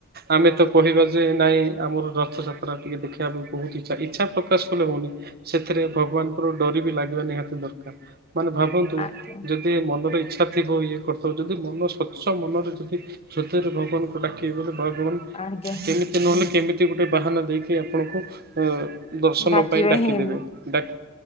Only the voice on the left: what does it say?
ଆଜ୍ଞା
ଆଜ୍ଞା
ଡାକିବେ
ହିଁ